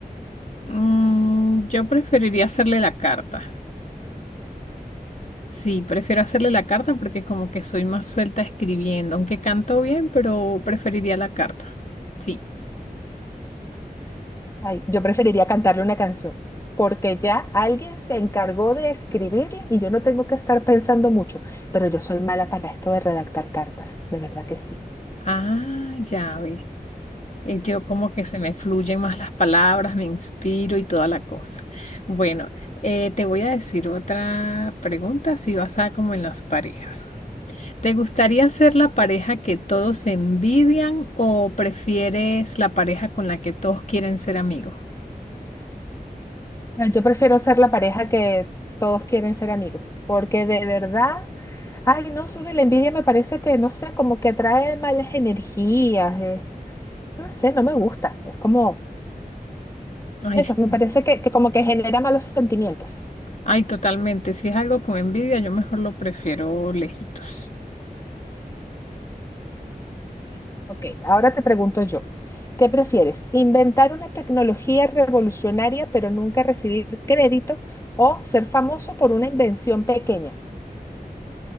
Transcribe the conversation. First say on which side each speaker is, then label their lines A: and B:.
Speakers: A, on the left; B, on the left.
A: Mm, yo preferiría hacerle la carta. Sí, prefiero hacerle la carta porque como que soy más suelta escribiendo, aunque canto bien, pero preferiría la carta. Sí.
B: Ay, yo preferiría cantarle una canción, porque ya alguien se encargó de escribirla y yo no tengo que estar pensando mucho, pero yo soy mala para esto de redactar cartas, de verdad que sí.
A: Ah, ya ve. Eh, Yo como que se me fluyen más las palabras, me inspiro y toda la cosa. Bueno, eh, te voy a decir otra pregunta, si vas a como en las parejas. ¿Te gustaría ser la pareja que todos envidian o prefieres la pareja con la que todos quieren ser amigos?
B: No, Yo prefiero ser la pareja que todos quieren ser amigos, porque de verdad, ay, no, eso de la envidia me parece que, no sé, como que atrae malas energías, eh, no sé, no me gusta, es como...
A: Ay,
B: Eso,
A: sí.
B: me parece que, que como que genera malos sentimientos.
A: Ay, totalmente. Si es algo con envidia, yo mejor lo prefiero lejitos.
B: Sí. Ok, ahora te pregunto yo, ¿qué prefieres? ¿Inventar una tecnología revolucionaria pero nunca recibir crédito o ser famoso por una invención pequeña?